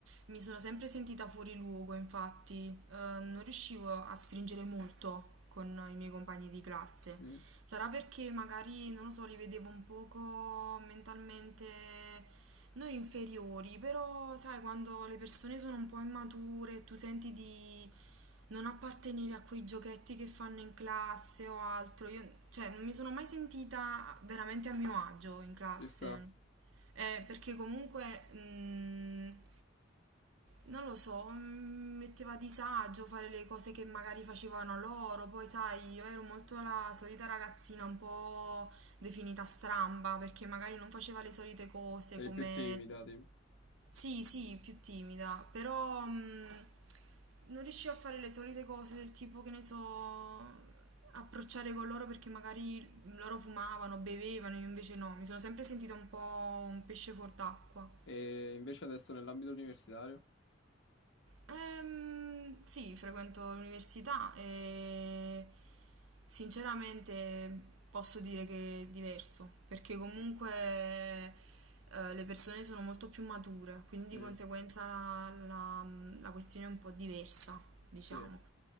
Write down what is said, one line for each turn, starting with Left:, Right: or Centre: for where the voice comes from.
Right: Mi sono sempre sentita fuori luogo, infatti, eh, non riuscivo a stringere molto con i miei compagni di classe.
Left: Mm.
Right: Sarà perché magari, non lo so, li vedevo un poco mentalmente non inferiori, però sai, quando le persone sono un po' immature, tu senti di non appartenere a quei giochetti che fanno in classe o altro, io, cioè, non mi sono mai sentita veramente a mio agio in classe.
Left: Ci sta,
Right: Eh, perché comunque, mh, non lo so, mi metteva a disagio fare le cose che magari facevano loro, poi sai, io ero molto la solita ragazzina un po' definita stramba, perché magari non faceva le solite cose
Left: eri
Right: come...
Left: più timida, tipo.
Right: Sì, sì, più timida, però mh, non riuscivo a fare le solite cose del tipo che ne so, approcciare con loro perché magari loro fumavano, bevevano, io invece no, mi sono sempre sentita un po' un pesce fuor d'acqua.
Left: E invece adesso nell'ambito universitario?
Right: Ehm, sì, frequento l'università e sinceramente posso dire che è diverso, perché comunque eh, le persone sono molto più mature, quindi di
Left: Mm,
Right: conseguenza la, la questione è un po' diversa, diciamo.
Left: Sì.